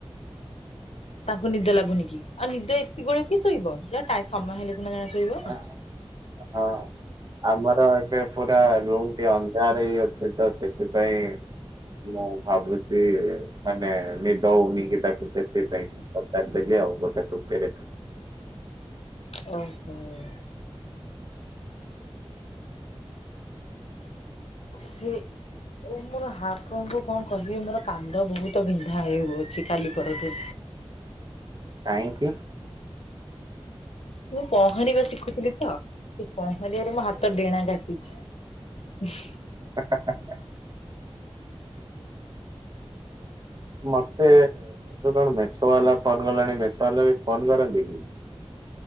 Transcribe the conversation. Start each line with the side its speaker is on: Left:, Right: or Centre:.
Left: ତାଙ୍କୁ ନିଦ ଲାଗୁନି କି ଆଉ ନିଦ ଏତିକି ବେଳୁ କିଏ ଶୋଇବ ତା ଟାଇ ସମୟ ହେଲେ ସିନା ଜଣେ ଶୋଇବ।
Right: ଆ- ହଁ। ଆମର ଏବେ ପୁରା ରୁମ୍ ଟି ଅନ୍ଧାର ହେଇ ଅଛି ତ ସେଥିପାଇଁ ମୁଁ ଭାବୁଛି ମାନେ ନିଦଉନି କି ତାକୁ ସେଥିପାଇଁ ପଚାରିଦେଲି ଆଉ ଗୋଟେ ଖୁସିରେ।
Left: ଓହୋ। ହୁଁ। ସେ ଓ ମୋର ଆପଣଙ୍କୁୁ କଣ କହିବି ମୋର କାନ୍ଦ ବହୁତ୍ ବିନ୍ଧା ହେଉଅଛି କାଲି ପରଠୁ।
Right: କାହିଁକି?
Left: ମୁଁ ପହଁରିବା ଶିଖୁଥିଲି ତ ସେ ପହଁରିବାରେ ମୋ ହାତ ଡେଣା କାଟିଛି। <inaudible>
Right: <inaudible> ମତେ ଏବେ କଣ ମେସୋ ବାଲା ଫୋନ୍ କଲାଣି ମେସୋ ବାଲା ବି ଫୋନ୍ କରନ୍ତି କି?